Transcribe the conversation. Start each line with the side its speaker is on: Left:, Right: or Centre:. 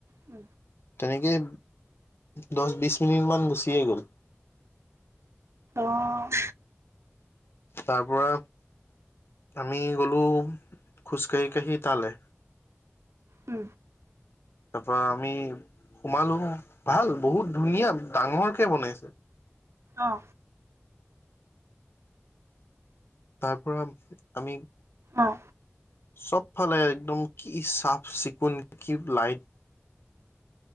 Right: উ।
Left: তেনেকেই দচ বিচ মিনিট মান গুচিয়ে গ'ল
Right: অ'।
Left: তাৰপৰা। আমি গলো, খোজকাঢ়ি কাঢ়ি তালে।
Right: উ।
Left: তাৰপৰা আমি সোমালো, ভাল বহুত ধুনীয়া ডাঙৰকে বনাইছে
Right: অ'।
Left: তাৰপৰা আমি
Right: অ'।
Left: চবফালে একদম কি চাফ চিকুণ কিব লাইট।